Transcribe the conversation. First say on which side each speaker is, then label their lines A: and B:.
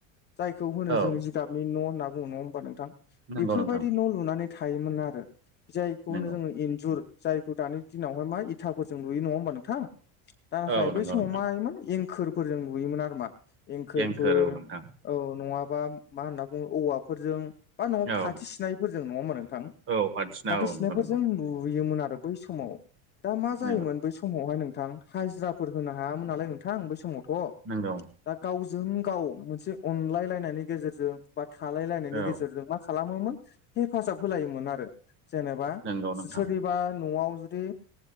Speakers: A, on the left; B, on the right.
A: जायखौ होनो
B: औ
A: जों जिगाबनि न' होनना बुङो नङा होमबा नोंथां
B: नंगौ
A: बेफोरबायदि
B: नोंथां
A: न' लुनानै थायोमोन आरो जायखौ
B: नंगौ
A: होनो जोङो इन्जुर जायखौ दानि दिनावहाय मा इथाफोरजों लुयो नङा होमबा नोंथां नाथाय
B: औ नंगौ
A: बै समाव
B: नोंथां
A: मायोमोन एंखोरफोरजों लुयोमोन आरो मा एंखोरफोर
B: एंखोर औ नोंथां
A: औ नङाबा मा होनना बुङो औवाफोरजों बा न'आव
B: औ
A: फाथो सिनायफोरजों नङा होमबा नोंथां
B: औ बायदिसिना
A: फाथो
B: औ
A: सिनायफोरजों
B: नंगौ
A: लुयोमोन आरो बै समाव दा मा जायोमोन
B: नंगौ
A: बै समावहाय नोंथां हाजिराफोर होनो हायामोन नालाय नोंथां बै समावथ'
B: नंगौ
A: दा गावजों गाव मोनसे अनलायलायनायनि गेजेरजों बा थालाय लायनायनि
B: औ
A: गेजेरजों मा खालामो मोन हेफाजाब होलायोमोन आरो जेनबा
B: नंगौ नोंथां
A: सोरनि बा न'आव जुदि